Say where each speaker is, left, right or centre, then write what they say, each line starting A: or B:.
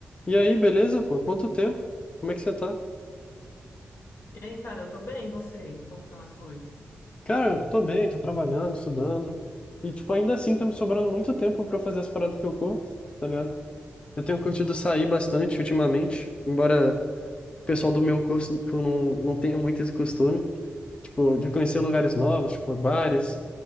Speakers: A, on the left; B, on the left.
A: E aí, beleza, pô? Quanto tempo? Como é que você tá?
B: E aí, cara, eu tô bem, e você? Como que estão as coisas?
A: Cara, eu tô bem, tô trabalhando, estudando. E, tipo, ainda assim tá me sobrando muito tempo pra fazer as paradas que eu curto, tá ligado? Eu tenho curtido sair bastante ultimamente, embora o pessoal do meu curso tu não, não tenha muito esse costume, tipo, de conhecer lugares novos, tipo, bares.